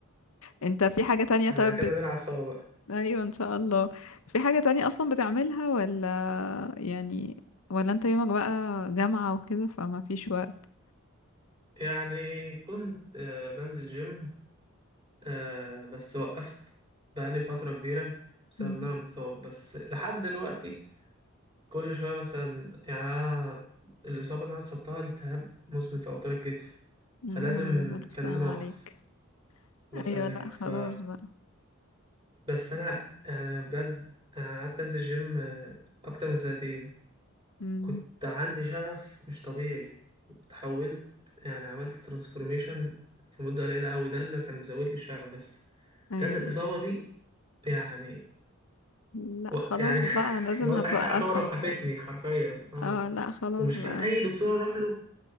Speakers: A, on the left; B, on the right.
A: انت في حاجة تانية
B: <laughs> احنا
A: طب
B: كده
A: بت-
B: نلعب سوا بقى
A: ايوه ان شاء الله في حاجة تانية اصلا بتعملها ولا يعني ولا انت يومك بقى جامعة وكده فما فيش وقت
B: يعني كنت آه، بنزل جيم آه بس وقفت بقالي فترة كبيرة بسبب
A: مم.
B: إن أنا متصاب بس لحد دلوقتي كل شوية مثلا يعني أنا الإصابة اللي أنا اتصبتها التهاب مزمن في أوتار الكتف
A: يا
B: فلازم
A: نهار أبيض، ألف
B: كان
A: سلام
B: لازم أوقف
A: عليك
B: الله يسلمك
A: أيوة لأ خلاص
B: ف
A: بقى
B: بس أنا يعني أنا بجد أنا قعدت أنزل جيم آه، أكتر من سنتين
A: مم.
B: كنت عندي شغف مش طبيعي اتحولت يعني عملت ترانسفورميشن في مدة قليلة أوي ده اللي كان مزود لي الشغف بس
A: أيوة
B: جت الإصابة دي يعني
A: لأ
B: و-
A: خلاص
B: يعني <laughs>
A: بقى لازم
B: اللي هو
A: هتوقفك
B: ساعتها يعتبر وقفتني
A: بقى
B: حرفيا اه
A: اه لأ خلاص
B: ومشكلة
A: بقى
B: اي دكتور اروح له